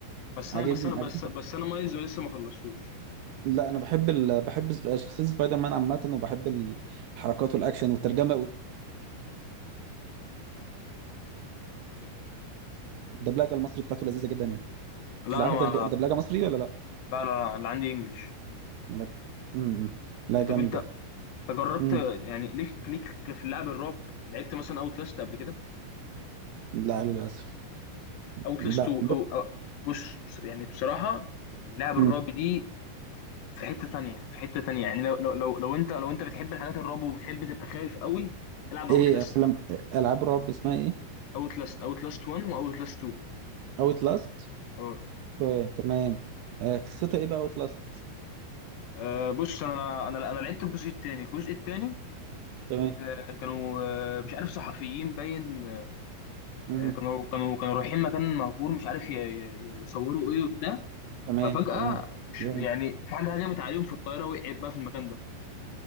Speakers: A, on the left; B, on the right.
A: بس
B: عاجبني
A: انا بس انا
B: عاجبني
A: بس بس انا مايز ولسه ما خلصتوش
B: لا انا بحب ال... بحب سب- شخصيه سبايدر مان عامه وبحب الحركات والاكشن والترجمه والدبلجه المصري بتاعته لذيذه جدا يعني
A: لا
B: بتلعبها
A: انا ما
B: بدرج- بدبلجه مصري ولا لا؟
A: لا لا لا اللي عندي انجليش
B: لا امم لا جامده
A: طب انت أنت جربت
B: امم
A: يعني ليك ليك في اللعب الرعب لعبت مثلا اوت لاست قبل كده
B: لا للاسف
A: اوت
B: لا
A: لاست 2 او أو- بص بص- يعني بصراحه اللعب الرعب
B: امم
A: دي في حته تانية في حته تانية يعني لو لو لو, لو انت لو انت بتحب الحاجات الرعب وبتحب تبقى خايف قوي العب
B: ايه
A: اوت لاست
B: افلام العاب رعب اسمها ايه؟
A: اوت لاست اوت لاست 1 واوت لاست 2
B: اوت لاست
A: اه
B: اوكي تمام آه قصتها ايه بقى اوتلاست
A: آه، بص انا انا انا لعبت الجزء الثاني الجزء الثاني
B: تمام
A: آه، كانوا آه، مش عارف صحفيين باين
B: مهم.
A: آه، كانوا كانوا كانوا رايحين مكان مهجور مش عارف ي- ي- يصوروا ايه وبتاع
B: تمام
A: ففجأة
B: تمام
A: مش
B: جامد
A: يعني في حاجة هجمت عليهم في الطيارة وقعت بقى في المكان ده